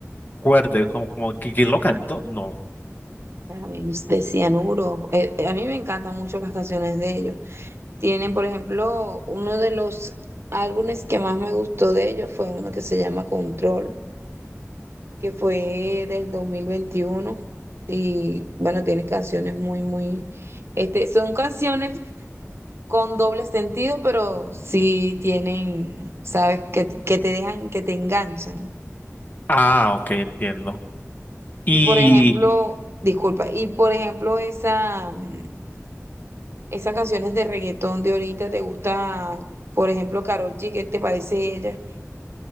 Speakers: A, on the left; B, on the right.
A: acuerde, como, como que quién lo cantó, no.
B: A ver, De Cianuro. Eh, eh, a mí me encantan mucho las canciones de ellos. Tienen, por ejemplo, uno de los álbumes que más me gustó de ellos fue uno que se llama Control, que fue del dos mil veintiuno Y bueno, tiene canciones muy, muy, este, son canciones con doble sentido, pero sí tienen, sabes, que, que te dejan, que te enganchan.
A: Ah, ok, entiendo. Y
B: Y por ejemplo, disculpa, y por ejemplo, esa. mm, Esas canciones de reggaetón de ahorita, ¿te gusta, por ejemplo, Karol G? ¿Qué te parece ella?